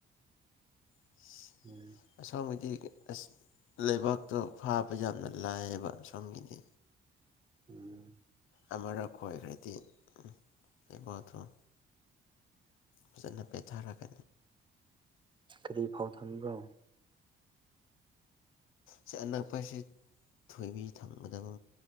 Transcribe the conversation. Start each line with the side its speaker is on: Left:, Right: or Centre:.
Left: <unintelligible>
Right: ꯎꯝ
Left: ꯑꯁꯣꯝꯒꯤꯗꯤ ꯑꯁ ꯂꯩꯕꯥꯛꯇꯣ ꯐꯥꯕ ꯌꯥꯝꯅ ꯂꯥꯏꯌꯦꯕ ꯑꯁꯣꯝꯒꯤꯗꯤ
Right: ꯎꯝ
Left: ꯑꯃꯔ ꯈꯣꯏꯒꯔꯗꯤ <unintelligible> ꯐꯖꯅ ꯄꯦꯊꯔꯒ
Right: ꯀꯔꯤ ꯐꯥꯎ ꯊꯝꯕ꯭ꯔꯣ
Left: ꯁꯤ ꯑꯅꯛꯄꯁꯤ ꯊꯣꯏꯕꯤ ꯊꯝꯒꯗꯕ